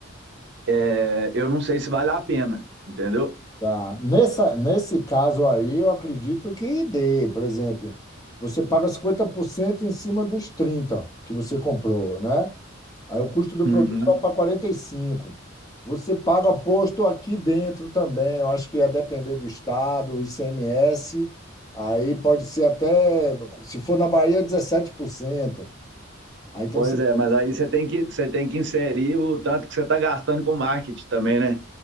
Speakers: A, on the right (about 60°); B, on the left (about 20°).
A: é, eu não sei se vale a pena, entendeu?
B: tá. Nessa, nesse caso aí, eu acredito que dê. Por exemplo, você paga 50% em cima dos 30 que você comprou, né? Aí o custo do produto
A: Uhum.
B: vai para quarenta e cinco Você paga posto aqui dentro também. Eu acho que ia depender do estado, o ICMS. Aí pode ser até, se for na Bahia, dezessete por cento Aí então
A: Pois
B: você
A: é, mas aí você tem que, você tem que inserir o tanto que você está gastando com marketing também, né?